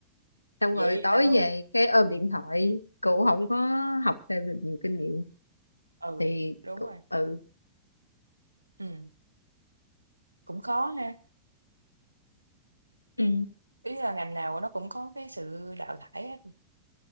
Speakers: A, on the left (about 80°); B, on the right (about 85°).
A: xong
B: Vậy
A: rồi tối
B: tao
A: về cái ôm điện thoại cụ không có học thêm được nhiều kinh nghiệm
B: ừ,
A: thì
B: đúng
A: cụ,
B: rồi,
A: ừ
B: ừm, cũng khó ha,
A: Ừ.
B: ý là ngành nào nó cũng có cái sự đào thải hết.